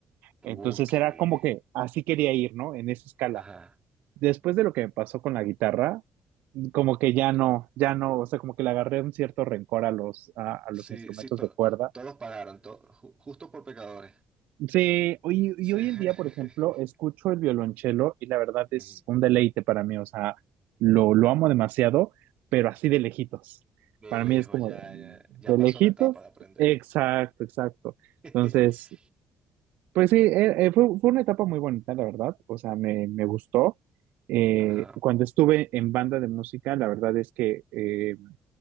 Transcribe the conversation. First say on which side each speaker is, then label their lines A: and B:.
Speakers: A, on the right (about 30°); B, on the right (about 65°).
A: Uh,
B: Entonces
A: qué.
B: era como que así quería ir, ¿no? En esa escala.
A: Ajá.
B: después de lo que me pasó con la guitarra, como que ya no, ya no, o sea, como que le agarré un cierto rencor a los, a, a los
A: Sí,
B: instrumentos
A: sí, to-
B: de cuerda.
A: todos pagaron, to- ju- justo por pecadores.
B: Sí, hoy- y
A: Sí.
B: hoy
A: <laughs>
B: en día, por ejemplo, escucho el violonchelo y la verdad es
A: Ujú.
B: un deleite para mí, o sea, lo, lo amo demasiado, pero así de lejitos.
A: De
B: Para
A: lejos,
B: mí es como
A: ya,
B: de,
A: ya, ya
B: de
A: pasó
B: lejitos,
A: la etapa de aprender.
B: exacto, exacto.
A: <laughs>
B: Entonces, Pues sí, eh, eh, fue, fue una etapa muy bonita, la verdad. O sea, me, me gustó. Eh,
A: Ajá.
B: cuando estuve en banda de música, la verdad es que eh,